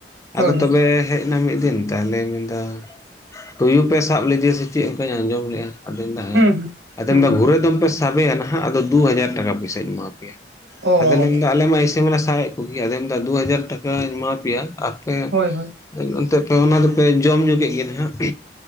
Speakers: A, on the left; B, on the right.
A: ᱟᱫᱚ
B: ᱦᱳᱭ ᱦᱳᱭ
A: ᱛᱚᱵᱮ ᱦᱮᱡ ᱮᱱᱟ ᱢᱤᱫ ᱫᱤᱱ। ᱛᱟᱦᱟᱞᱮ ᱢᱮᱱᱫᱟ, ᱛᱩᱭᱩ ᱯᱮ ᱥᱟᱵ ᱞᱮᱫᱮᱭᱟ ᱥᱮ ᱪᱮᱫ? ᱚᱱᱠᱟᱧ ᱟᱸᱡᱚᱢ ᱞᱮᱜᱼᱟ। ᱟᱫᱚ ᱢᱮᱱᱫᱟ ᱦᱮᱸ,
B: ᱦᱩᱸ
A: ᱟᱫᱚ
B: ᱦᱩᱸ
A: ᱢᱮᱱᱫᱟ ᱜᱷᱩᱨᱮ ᱫᱚᱢ ᱯᱮ ᱥᱟᱵᱮᱭᱟ ᱱᱟᱦᱟᱜ, ᱟᱫᱚ ᱫᱩ ᱦᱟᱡᱟᱨ ᱴᱟᱠᱟ ᱯᱚᱭᱥᱟᱧ ᱮᱢᱟ ᱯᱮᱭᱟ।
B: ᱚ
A: ᱟᱫᱚ ᱞᱤᱧ ᱢᱮᱱ ᱮᱫᱟ, ᱟᱞᱮ ᱢᱟ ᱤᱥᱮᱢᱟᱞᱮ ᱥᱟᱵ ᱮᱜ ᱠᱚᱜᱮᱭᱟ, ᱟᱫᱚ ᱢᱮᱱ ᱮᱫᱟ ᱫᱩ ᱦᱟᱡᱟᱨ ᱴᱟᱠᱟ ᱟᱹᱧ ᱮᱢᱟ ᱯᱮᱭᱟ, ᱟᱨ ᱯᱮ
B: ᱦᱳᱭ ᱦᱳᱭ
A: ᱚᱱᱛᱮ ᱯᱮ ᱚᱱᱟ ᱫᱚᱯᱮ ᱡᱚᱢ ᱧᱩ ᱠᱮᱫ ᱜᱮ ᱱᱟᱦᱜ ᱾